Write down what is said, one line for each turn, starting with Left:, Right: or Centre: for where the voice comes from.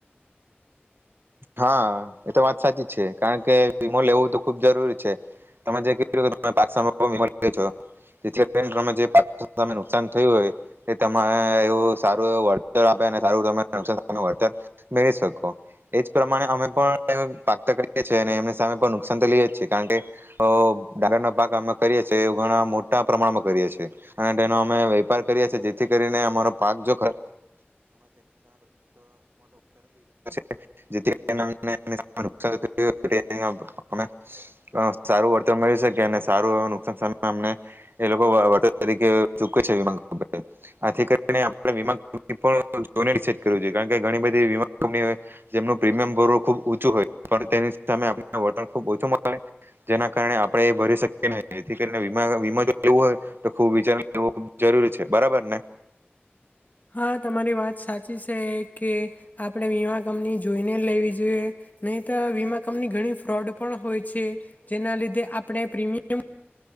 Right: હા એ તો વાત સાચી છે. કારણ કે વીમો લેવું તો ખુબ જરૂરી છે તમે જે કીધું <inaudible> પાછા <inaudible> મેળવી શકો છો. તેથી અત્યારે તમે જે પાકને નુકશાન થયું હોય તે તમેં એ સારું એવું વળતર આપે ને સારું તમને <inaudible> બેહી શકો. એ જ પ્રમાણે અમે પણ પાક તો કરીએ છીએ અને એમની સામે પણ નુકસાન તો લઈએ છીએ. કારણ કે અ ડાંગરનો પાક અમે કરીએ છીએ એ ઘણા મોટા પ્રમાણમાં કરીએ છીએ અને તેનો અમે વેપાર કરીએ છીએ. જેથી કરીને અમારો પાક જો <inaudible> <inaudible> જેમનું પ્રીમિયમ ભરું ખુબ ઊંચું હોય પણ તેની તમે આપી વળતર ખુબ ઓછું મળે જેના કારણે આપણે એ ભરી શકીએ નહી. જેથી કરીને વીમા વીમો જો લેવું હોય તો ખૂબ વિચાર લે જરૂરી છે. બરાબર ને?
Left: હા તમારી વાત સાચી છે કે આપણે વીમા કંપની જોઈને લેવી જોઈએ નહીં. તો વીમા કંપની ઘણી ફ્રોડ પણ હોય છે. જેના લીધે આપણે પ્રીમિયમ